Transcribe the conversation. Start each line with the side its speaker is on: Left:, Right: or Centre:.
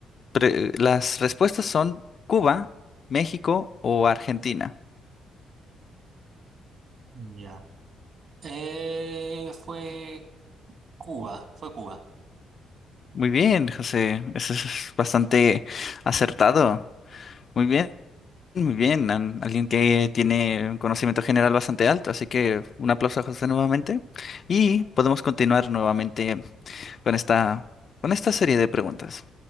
Left: pre- las respuestas son Cuba, México o Argentina.
Right: Ya. Eh, fue Cuba, fue Cuba.
Left: Muy bien, José, eso es bastante acertado. Muy bien. Muy bien, an- alguien que tiene un conocimiento general bastante alto, así que un aplauso a José nuevamente y
Right: Epa.
Left: podemos continuar nuevamente con esta, con esta serie de preguntas.